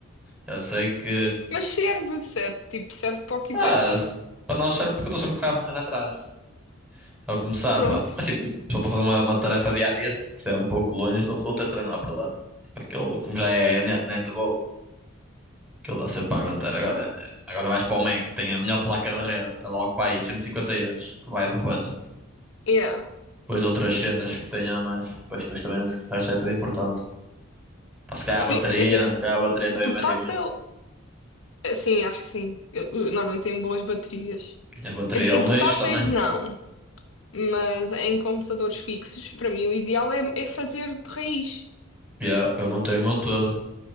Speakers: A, in the centre; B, on the left.
A: Já sei que.
B: Mas serve, serve. Tipo, serve para o que interessa.
A: Ah, se- para nós serve porque eu estou sempre com o cabo de rede atrás. É o que me safa.
B: Pronto.
A: Mas tipo, só para fazer uma, uma tarefa dia a dia, se é um pouco longe do router também não há problema. Tipo, aquilo, como já é net, net Aquilo dá ser para aguentar. Agora, agora vais para o Mac, tem a melhor placa de rede, é logo para aí 150 euros, que vai do budget.
B: Yeah.
A: Depois outras cenas que tenha a mais. Depois, depois também o resto é tudo importante. Pá, se calhar a
B: Sim,
A: bateria,
B: é assim.
A: se calhar a bateria também
B: Portátil,
A: metem muito.
B: eh, sim, acho que sim. Eu- eu Normalmente tem boas baterias.
A: E a bateria
B: É assim,
A: é um
B: em portáteis,
A: lixo também.
B: não. Mas em computadores fixos, para mim, o ideal é, é fazer de raiz.
A: E a- eu montei o meu todo.